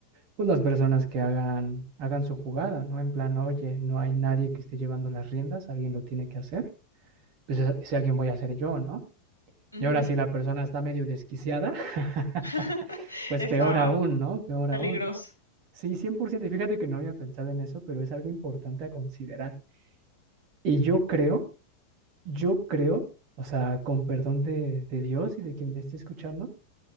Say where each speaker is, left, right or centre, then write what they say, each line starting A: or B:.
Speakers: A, on the right; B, on the right.
A: pues las personas que hagan, hagan su jugada, ¿no? En plan, oye, no hay nadie que esté llevando las riendas, alguien lo tiene que hacer, pues ese ese alguien voy a hacer yo, ¿no?
B: ujú.
A: Y ahora si la persona está medio desquiciada, <laughs>
B: <laughs>
A: pues
B: Estaba
A: peor aún, ¿no? Peor
B: peligroso.
A: aún. Sí, 100%, y fíjate que no había pensado en eso, pero es algo importante a considerar. Y yo creo, yo creo, o sea, con perdón de, de Dios y de quien me esté escuchando,